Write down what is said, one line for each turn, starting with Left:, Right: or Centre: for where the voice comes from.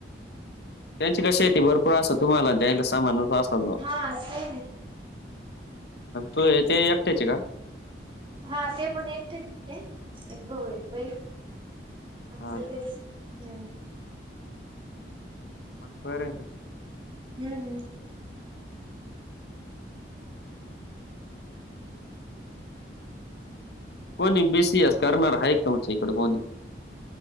Left: त्यांची का शेती भरपूर असतं तुम्हाला त्यांला सामान अस असाल बॉ.
Right: हा सेम हे.
Left: तू ते एकट्याचे का?
Right: हा ते पण एकटेच एक भाऊ एक बहीन आमचं
Left: हा
Right: तेच हम्म.
Left: मग बरं आहे ना.
Right: हम्म हम्म.
Left: कोणी बी सी एस करणार आहे का तमच्या इकड कोणी.